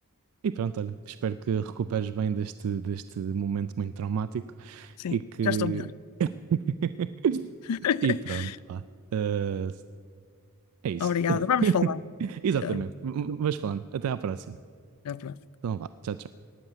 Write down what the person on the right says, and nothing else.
E pronto, olha, espero que recuperes bem deste, deste momento muito traumático
e que.
<laughs>
E pronto, pá. Eh, é isso.
<laughs>
Exatamente.
Mas falando, até à próxima.
Então vá, tchau, tchau.